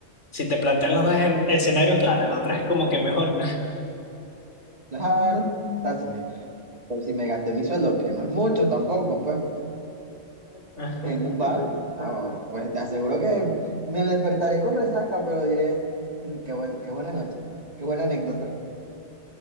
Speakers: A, on the left (about 85°); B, on the right (about 35°).
A: Si te plantean los dos en- escenarios, claro, el otro es como que mejor.
B: Dejar, o sea, si me, o si me gasté mi sueldo, que no es mucho tampoco, pues.
A: <laughs>
B: en un bar, oh, pues te aseguro que me despertaré con resaca, pero diré, <laughs> qué buen, qué buena noche, qué buena anécdota.